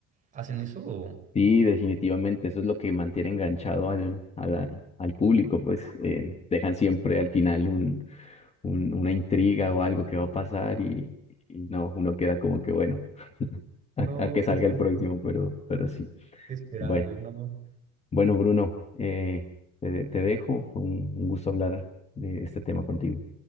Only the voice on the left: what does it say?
Sí, definitivamente, eso es lo que mantiene enganchado al, a la- al público, pues eh, dejan siempre al final un, un- una intriga o algo que va a pasar y, y no, uno queda como que bueno, <laughs>
a, a que salga
el próximo,
pero, pero sí.
Bueno.
Bueno, Bruno, eh, te, te dejo. Fue un, un gusto hablar de este tema contigo,